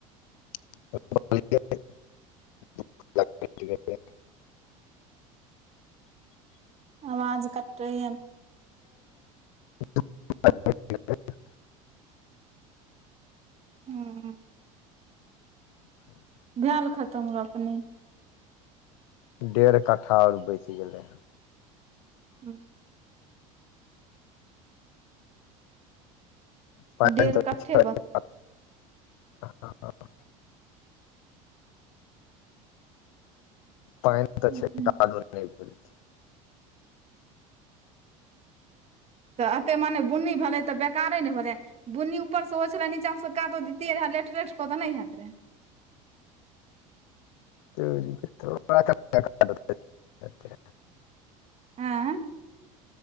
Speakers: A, on the left; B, on the right.
A: <unintelligible> <inaudible>
B: आवाज कटैयन
A: <unintelligible>
B: हूं
A: <inaudible>
B: भेएल खतम रोपनी
A: डेढ़ कट्ठा आओर बैच गेलै
B: हं
A: प <unintelligible> ह ह
B: डेढ़
A: <unintelligible>
B: कट्ठे
A: पानि
B: बचल
A: तऽ छै कादो नै भेलै
B: त एते मने बुनी भेलै त बेकारे न भेलै बुन्नी ऊपर से हो छलै नीचा से कादो दितियै रहै लेठ लेठ क तऽ नै होयत रहै
A: <unintelligible> हेतै,
B: ऐं